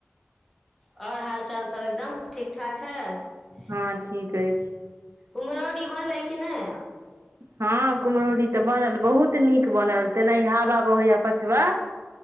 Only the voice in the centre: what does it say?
आओर हाल चाल सब एकदम ठीकठ छ छै
कुमरोडीवन लै कि नहि